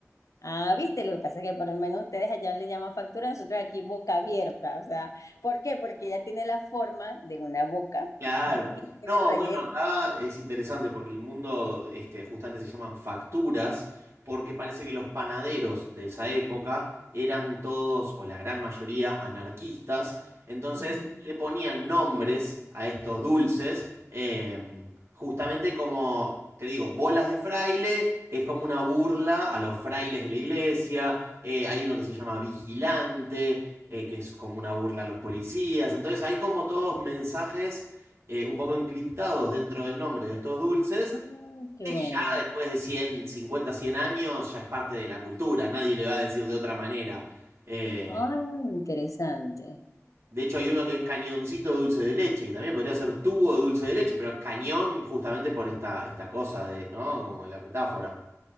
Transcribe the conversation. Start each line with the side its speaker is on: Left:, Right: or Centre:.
Left: Ah, viste, lo que pasa es que por lo menos ustedes allá le llaman factura, nosotros aquí boca abierta, o sea, ¿por qué? Porque ella tiene la forma de una boca,
Right: Claro.
Left: tiene
Right: No,
Left: el relleno.
Right: bueno, acá es interesante porque el mundo, este, justamente se llaman facturas, porque parece que los panaderos de esa época eran todos, o la gran mayoría, anarquistas. Entonces
Left: Ujú.
Right: le ponían nombres a estos dulces, em, justamente como, te digo, bolas de fraile, es como una burla a los frailes de la iglesia. eh, hay uno que se llama vigilante, eh, que es como una burla a los policías. Entonces hay como todos mensajes eh, un poco encriptados dentro del nombre de estos dulces,
Left: Ah, qué
Right: que
Left: bueno.
Right: ya después de 100 50 100 años ya es parte de la cultura, nadie le va a decir de otra manera. Eh,
Left: Ah, interesante.
Right: de hecho, hay uno que es cañoncito de dulce de leche, que también podría ser tubo de dulce de leche, pero cañón justamente por esta, esta cosa de, ¿no? Como la metáfora.